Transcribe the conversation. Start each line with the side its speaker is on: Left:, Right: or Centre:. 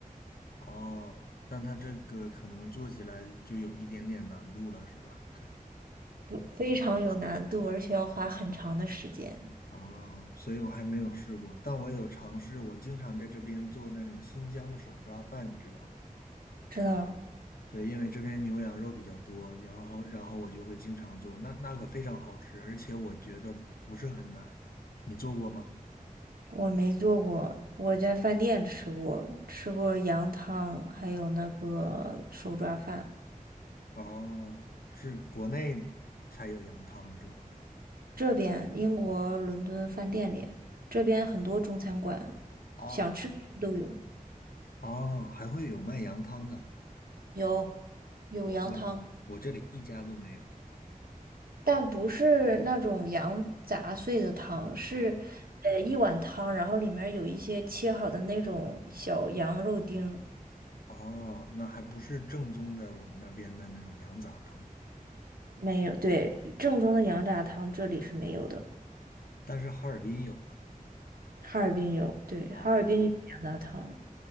Left: 哦，但它这个可能做起来就有一点点难度了，是吧？
Right: 不，非常有难度，而且要花很长的时间。
Left: <laughs> 哦，所以我还没有试过，但我有尝试。我经常在这边做那种新疆的手抓饭，你知道吗？
Right: 知道，
Left: 对，因为这边牛羊肉比较多，然后然后我就会经常做，那那个非常好吃，而且我觉得不是很难。你做过吗？
Right: 我没做过，我在饭店吃过，吃过羊汤，还有那个手抓饭。
Left: 哦，是国内才有羊汤是吧？
Right: 这边英国伦敦饭店里，这边很多中餐馆，
Left: 哦。
Right: 想吃什么都有，
Left: 哦，还会有卖羊汤的，
Right: 有有羊汤，
Left: 我我我这里一家都没有。
Right: 但不是那种羊杂碎的汤，是呃一碗汤，
Left: 啊，
Right: 然后里面有一些切好的那种小羊肉丁。
Left: 哦，那还不是正宗的我们那边的那种羊杂汤，
Right: 没有，对，正宗的羊杂汤这里是没有的，
Left: 但是哈尔滨有嘛？
Right: 哈尔滨有，对，
Left: 啊，
Right: 哈尔滨有羊杂汤。